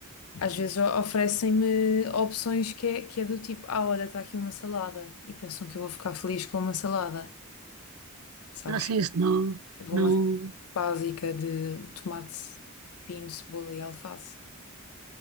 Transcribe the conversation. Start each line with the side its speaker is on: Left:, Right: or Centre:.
Left: Às vezes o- oferecem-me opções que é, que é do tipo, ah, olha, está aqui uma salada. E pensam que eu vou ficar feliz com uma salada, sabes?
Right: Ah, sim, isso não,
Left: Tipo
Right: não,
Left: uma básica de tomate, pepino, cebola e alface.